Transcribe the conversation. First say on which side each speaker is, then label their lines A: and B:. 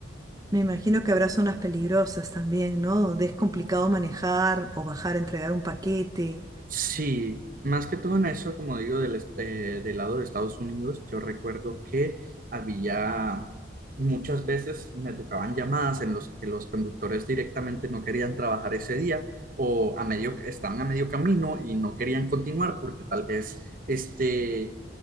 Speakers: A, on the right; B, on the right.
A: Me imagino que habrá zonas peligrosas también, ¿no? Donde es complicado manejar o bajar a entregar un paquete.
B: Sí, más que todo en eso, como digo, del, est- eh, del lado de Estados Unidos, yo recuerdo que había muchas veces me tocaban llamadas en los que los conductores directamente no querían trabajar ese día o a medio, estaban a medio camino y no querían continuar porque tal vez este,